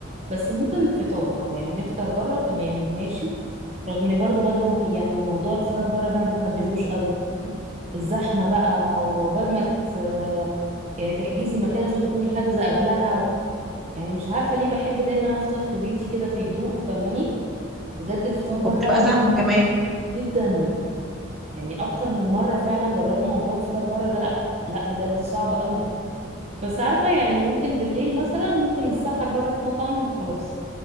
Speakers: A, on the right; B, in the centre.
A: بس ممكن الفطار اه يعني نفطر بره تمام ماشي رغم اني برضو برضو يعني موضوع الفطار بره ده ما بحبذوش قوي الزحمة بقى وعقبال ما ت- يعني تحجزي مكان لازم تكوني حاجزة قبلها يعني مش عارفة ليه بحب دايما أفطر في بيتي كده في هدوء فاهماني بجد الفطار بره
B: وبتبقى زحمة كمان
A: جدا يعني أكتر من مرة فعلا جربنا موضوع الفطار بره ده لأ لأ بجد صعب قوي بس عارفة يعني ممكن بالليل مثلا ممكن نتسحر بره في مطعم وخلاص